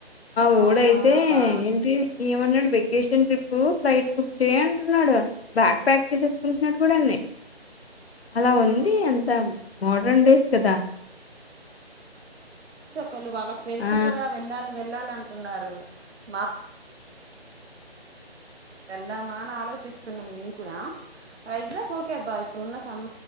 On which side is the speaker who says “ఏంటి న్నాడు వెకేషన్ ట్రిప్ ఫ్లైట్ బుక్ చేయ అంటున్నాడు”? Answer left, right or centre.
Left